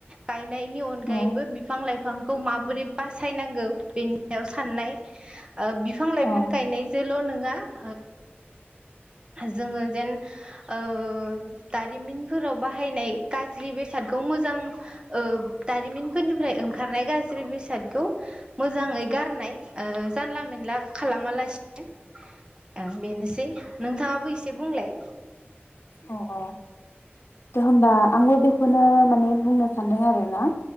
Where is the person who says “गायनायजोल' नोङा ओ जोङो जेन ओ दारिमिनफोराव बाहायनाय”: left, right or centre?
Right